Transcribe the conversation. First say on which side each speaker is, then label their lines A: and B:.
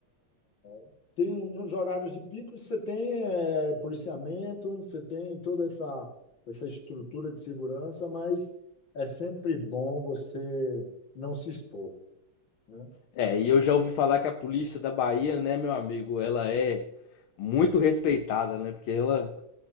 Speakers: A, on the left (about 60°); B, on the left (about 75°).
A: É, Tem, um, nos horários de pico, você tem eh, policiamento, você tem toda essa, essa estrutura de segurança, mas é sempre bom você não se expor, né?
B: É, e eu já ouvi falar que a polícia da Bahia, né, meu amigo, ela é muito respeitada, né? Porque ela